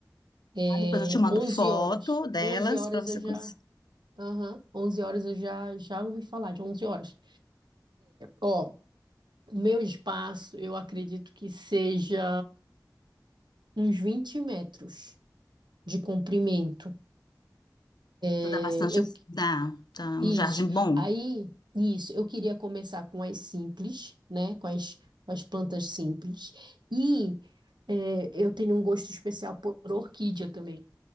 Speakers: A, on the right; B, on the left.
A: É
B: Tá? Depois eu te mando
A: 11
B: foto
A: horas.
B: delas
A: 11 horas
B: para você
A: eu já.
B: conhecer.
A: Aham, 11 horas eu já, já ouvi falar de 11 horas. Ó, O meu espaço, eu acredito que seja uns 20 metros de comprimento.
B: Tu
A: É,
B: dá bastante,
A: eu,
B: dá, tá um
A: isso.
B: jardim bom.
A: Aí, isso, eu queria começar com as simples, né? Com as, com as plantas simples. E é, eu tenho um gosto especial por orquídea também.